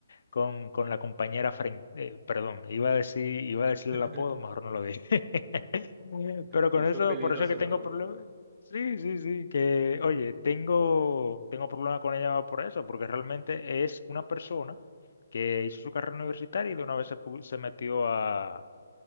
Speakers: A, on the left; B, on the right.
A: con, con la compañera frente, eh, perdón, iba a decir, iba a decir
B: <laughs>
A: el apodo, mejor no lo dije. <laughs> Pero
B: Y
A: con
B: son
A: eso,
B: peligrosos
A: por eso es que tengo
B: los apodos.
A: problemas. Sí, sí, sí, que, oye, tengo, tengo problemas con ella por eso, porque realmente es una persona que hizo su carrera universitaria y de una vez se, pu- se metió a,